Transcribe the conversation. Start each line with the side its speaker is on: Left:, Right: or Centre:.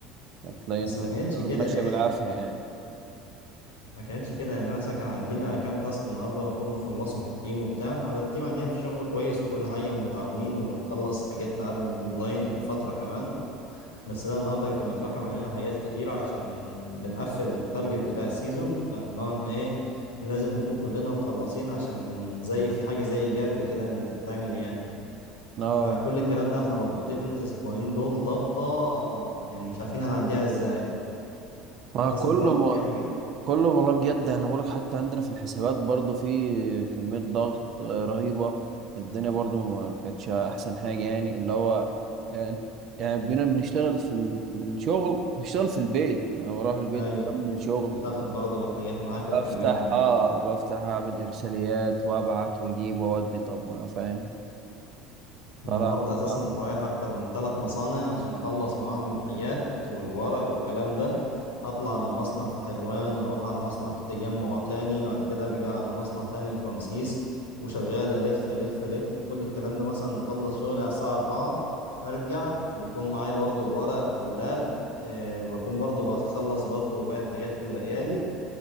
Right: هتلاقي
Left: بس
Right: إن
Left: ما كانتش
Right: ماشية
Left: كده يعني
Right: بالعافية يعني
Left: ما كانتش كده يعني أنا مثلا كان عندنا كام تاسك النهارده المفروض نخلصه في التيم وبتاع على التيم عندنا في الشغل كويس وكل حاجه ومتعاونين وبنخلص حاجاتنا قبل الديدلاين بفتره كمان بس لا النهارده كان متراكم علينا حاجات كتيرة عشان بنقفل التارجت بتاع السيزون فلو احنا ايه لازم نكون كلنا مخلصين عشان زي في حاجة زي جرد كده بتتعمل يعني
Right: لا
Left: فكل الكلام ده احنا مضغوطين الاسبوعين دول ضغطة آه، يعني مش عارفين هنعديها ازاي
Right: ما
Left: اساسا
Right: كله
Left: برضه
Right: ما
Left: في حاجات
Right: كله والله بجد انا بقولك حتى عندنا في الحسابات برضو في كمية ضغط آه، رهيبة الدنيا برضو ما كانتش احسن حاجة يعني اللي هو يعني يعني بينا بنشتغل في ال- في الشغل بنشتغل في البيت يعني بروح البيت
Left: ايوه
Right: بكمل شغل
Left: بتاخد برضه بالحاجات معاك وتكملها
Right: بفتح
Left: ايوه
Right: اه بفتح اعمل ارساليات وابعت واجيب واودي طب ما فاهم فلا
Left: انا النهارده اساسا
Right: صعب.
Left: رايح اكتر من ثلاث مصانع عشان اخلص معاهم الحاجات والورق والكلام ده اطلع من مصنع في حلوان اروح على مصنع في التجمع تاني وبعد كده ارجع على مصنع تاني في رمسيس وشغال الف الف الف كل الكلام ده مثلا بخلص شغلي على الساعه 4 ارجع بيكون معايا برضو الورق واللاب أه بكون برضو بخلص برضو باقي الحاجات اللي باقيالي